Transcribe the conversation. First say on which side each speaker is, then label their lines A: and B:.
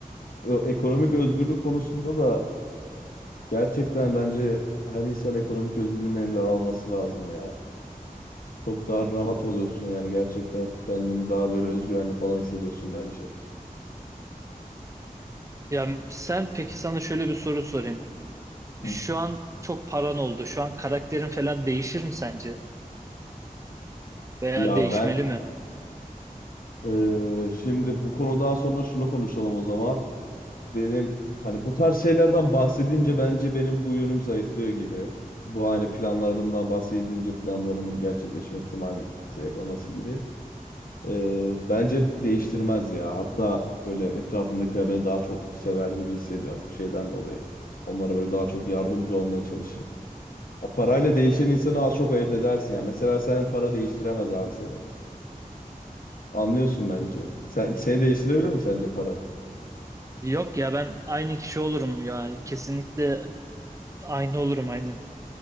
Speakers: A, on the left (about 70°); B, on the right (about 20°).
A: Ö- Ekonomik özgürlük konusunda da gerçekten bence her insan ekonomik özgürlüğünü eline alması lazım ya. Çok daha rahat oluyorsun yani gerçekten kendini daha böyle özgüvenli falan hissediyorsun bence.
B: Ya sen peki sana şöyle bir soru sorayım.
A: Hı.
B: Şu an çok paran oldu. Şu an karakterin falan değişir mi sence? Veya
A: Ya
B: değişmeli
A: ben
B: mi?
A: Ee, şimdi bu konudan sonra şunu konuşalım o zaman. Benim hani bu tarz şeylerden bahsedince bence benim bu yönüm zayıflıyor gibi. Bu hani planlarımdan bahsedince planlarımın gerçekleşme ihtimalinin zayıflaması gibi. Ee, bence değiştirmez ya. Hatta böyle etrafımdakiler beni daha çok sever gibi hissediyorum şeyden dolayı. Onlara böyle daha çok yardımcı olmaya çalışırım. Ya parayla değişen insanı az çok ayırt edersin ya. Mesela senin para değiştiremez abi seni. Anlıyorsun bence. Sen, seni değiştirebilir mi sence para?
B: Yok ya ben aynı kişi olurum ya. Kesinlikle aynı olurum aynen.